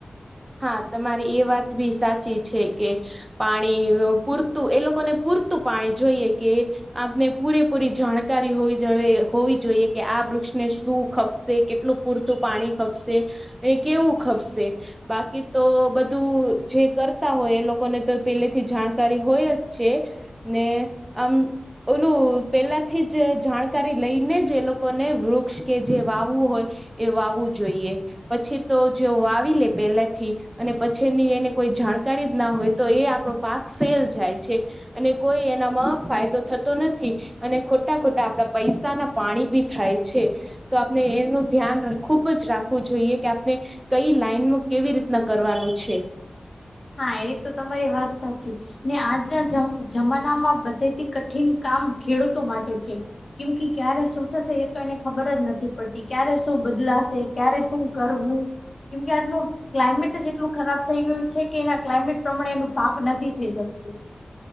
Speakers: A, on the right; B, on the left.
A: હા, તમારી એ વાત બી સાચી છે કે પાણી પૂરતું એ લોકોને પૂરતું પાણી જોઈએ કે આપને પૂરેપૂરી જાણકારી હોવી જવે હોવી જોઈએ કે આ વૃક્ષને શું ખપશે કેટલું પૂરતું પાણી ખપશે અને કેવું ખપશે? બાકી તો બધું જે કરતા હોય એ લોકોને તો પેલેથી જાણકારી હોય જ છે. ને આમ ઓલું પેલાથી જ જાણકારી લઈને જ એ લોકોને વૃક્ષ કે જે વાવવું હોય એ વાવું જોઈએ પછી તો જો વાવી લે પેલાથી જ અને પછી એની એને કોઈ જાણકારી જ ના હોય તો એ આપણો પાક ફેલ જાય છે. અને કોઈ એનામાં ફાયદો થતો નથી. અને ખોટા ખોટા આપડા પૈસા ના પાણી ભી થાય છે. તો આપણે એનું ધ્યાન ખુબ જ રાખવું જોઈએ કે આપણે કઈ લાઈન કેવી રીતના કરવાનું છે.
B: હા, એ તો તમારી વાત સાચી. ને આજના જમ જમાનામાં બધેથી કઠિન કામ ખેડૂતો માટે છે. કેમ કે ક્યારે શું થશે એ તો એને ખબર જ નથી પડતી ક્યારે શું બદલાશે? ક્યારે શું કરવું કેમ કે આજનું ક્લાઇમેટ જ એટલું ખરાબ થઈ ગયું છે. કે એના ક્લાઇમેટ પ્રમાણે એનું પાક નથી થઈ શકતું.